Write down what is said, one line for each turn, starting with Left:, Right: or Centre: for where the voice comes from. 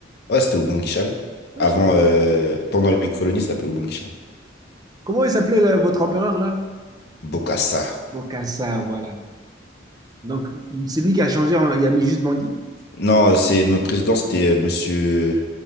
Left: Ouais, c'était Ubangui Chari.
Right: Ah,
Left: Avant,
Right: je-
Left: euh, pendant les colonies, ça s'appelait Ubangui Chari.
Right: Comment il s'appelait là, votre empereur là?
Left: Bokassa.
Right: Bokassa, voilà. Donc, c'est lui qui a changé, en- il a mis juste Bangui?
Left: Non, c'est notre président, c'était euh, Monsieur